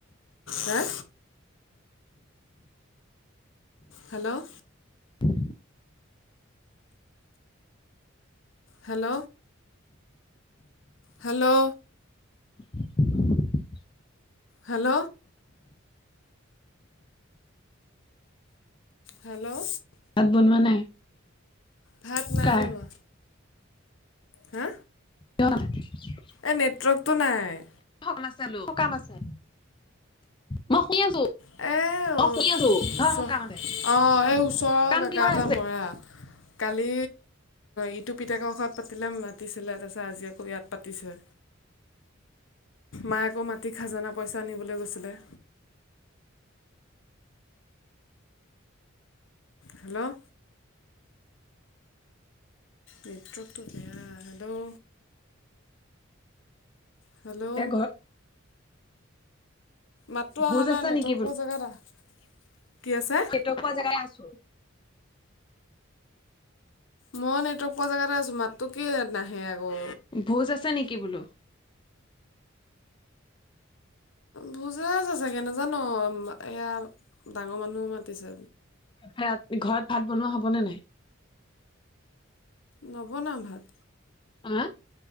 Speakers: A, on the left; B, on the left.
A: হা! Hello!
B: <inaudible>
A: Hello! Hello!
B: <inaudible>
A: Hello! Hello!
B: ভাত বনোৱা নাই?
A: ভাত নাই
B: কাৰ
A: বনোৱা। হা!
B: <unintelligible>
A: এই নেটৱৰ্কটো নাই।
B: <unintelligible> সকাম আছে, মই শুনি আছো।
A: এই
B: মই শুনি আছো।
A: ওচ
B: কিহৰ সকাম
A: অ,
B: আছে
A: এই ওচৰৰ
B: সকাম
A: কাকা
B: কিহৰ
A: এটা
B: আছে
A: মৰা। কালি ইটো পিতেকৰ ঘৰত পাতিলে, মাতিছিলে, তাৰপিছত আজি আকৌ ইয়াত পাতিছে।
B: <inaudible>
A: মায়ে আকৌ মাটিৰ খাজানা পইচা আনিবলৈ গৈছিলে। হেল্ল'! নেটওৰ্কটো বেয়া, হেল্ল'? হেল্ল'?
B: এতিয়া ঘৰ
A: মাতটো
B: ভোজ
A: আহা নাই
B: আছে
A: নেটৱৰ্ক
B: নেকি বোলো
A: পোৱা জেগাত আহ, কি হৈছে?
B: মই নেটৱৰ্ক পোৱা জেগালে আহ চোন।
A: মই নেটৱৰ্ক পোৱা জেগাতে আছো, মাততো কি নাহে আক।
B: ভোজ আছে নেকি বোলো। <inaudible>
A: ভোজে আছে চাগে নাজানো, এয়া ডাঙৰ মানুহ মাতিছে।
B: ভাত, ঘৰত ভাত বনোৱা হবনে নাই?
A: নবনাও ভাত।
B: হা?